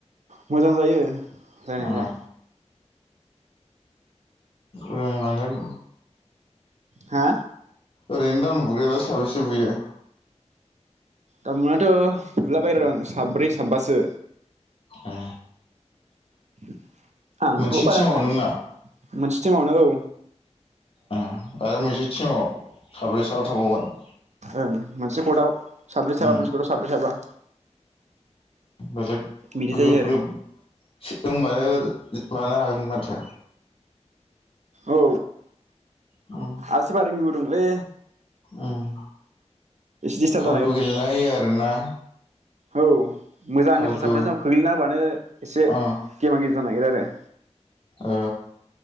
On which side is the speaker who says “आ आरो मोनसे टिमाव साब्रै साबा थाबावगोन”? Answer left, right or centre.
Left